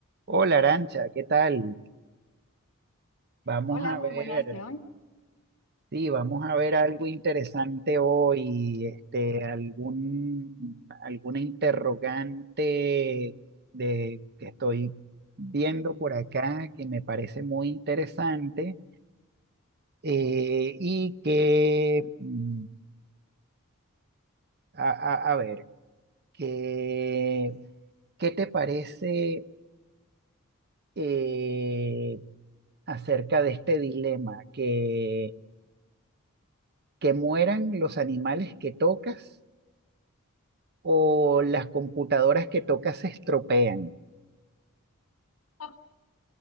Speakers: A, on the right; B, on the left.
A: Hola Arancha, ¿qué tal? Vamos
B: Hola,
A: a
B: muy
A: ver,
B: buenas, John.
A: sí, vamos a ver algo interesante hoy, este, algún, alguna interrogante de, que estoy viendo por acá que me parece muy interesante eh, y que, mm, a, a- a ver, que, ¿qué te parece eh, acerca de este dilema que que mueran los animales que tocas o las computadoras que tocas se estropean.
B: ¡Oh,